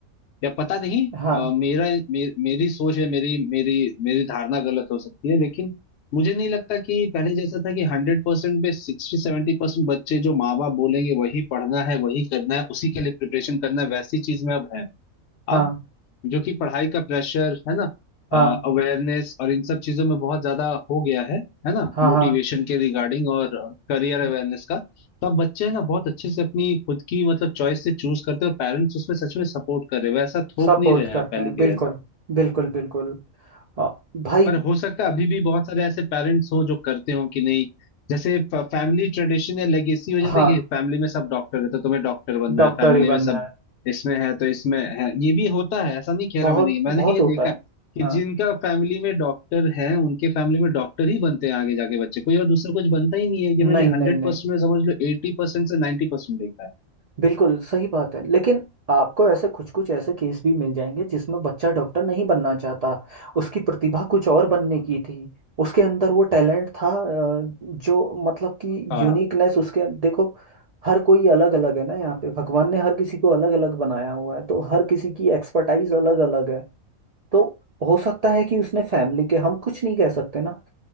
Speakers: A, on the left (about 65°); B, on the right (about 75°).
A: या पता नहीं
B: हाँ
A: अ, मेरा मे, मेरी सोच है मेरी मेरी मेरी धारणा गलत हो सकती है लेकिन मुझे नहीं लगता कि पहले जैसा था कि हंड्रेड परसेंट पे सिक्सटी सेवेंटी परसेंट बच्चे जो माँ बाप बोलेंगे वही पढ़ना है वही करना है उसी के लिए प्रिपरेशन करना है वैसी चीज में अब है
B: हाँ
A: अब जो कि पढ़ाई का प्रेशर है ना
B: हाँ
A: अवेयरनेस और इन सब चीजों में बहुत ज्यादा हो गया है है ना
B: हाँ
A: मोटिवेशन
B: हाँ
A: के रिगार्डिंग और करियर अवेयरनेस का तो अब बच्चे है ना बहुत अच्छे से अपनी खुद की मतलब चॉइस से चूज करते हैं और पेरेंट्स उसमें सच में सपोर्ट कर रहे हैं वैसा थोप
B: सपोर्ट
A: नहीं रहे हैं
B: करते
A: अब पहले
B: हैं
A: के
B: बिल्कुल
A: जैसा
B: बिल्कुल बिल्कुल अ, भाई
A: पर हो सकता है अभी भी बहुत सारे ऐसे पेरेंट्स हो जो करते हो कि नहीं जैसे फैमिली ट्रेडिशन या लेगेसी हो जाता
B: हाँ
A: है कि फैमिली में सब डॉक्टर है तो तुम्हें डॉक्टर बनना
B: डॉक्टर
A: है फैमिली
B: ही बनना
A: में सब
B: है
A: इसमें है तो इसमें है ये भी होता है ऐसा नहीं कह
B: बहुत
A: रहा मैंने
B: बहुत
A: मैंने ये
B: होता
A: देखा
B: है
A: है कि
B: हाँ
A: जिनका फैमिली में डॉक्टर है उनके फैमिली में डॉक्टर ही बनते हैं आगे जाके बच्चे कोई और दूसरा कुछ बनता ही नहीं है ये
B: नहीं
A: मैंने हंड्रेड
B: नहीं नहीं
A: परसेंट में समझ लो एटी परसेंट से नाइन्टी परसेंट देखा है
B: बिल्कुल सही बात है लेकिन आपको ऐसे कुछ कुछ ऐसे केस भी मिल जाएंगे जिसमें बच्चा डॉक्टर नहीं बनना चाहता उसकी प्रतिभा कुछ और बनने की थी उसके अंदर वो टैलेंट था अ, जो मतलब कि
A: हाँ
B: यूनिकनेस उसके अं, देखो हर कोई अलग अलग है ना यहाँ पे भगवान ने हर किसी को अलग अलग बनाया हुआ है तो हर किसी की एक्सपर्टाइज अलग अलग है तो हो सकता है कि उसने फैमिली के हम कुछ नहीं कह सकते ना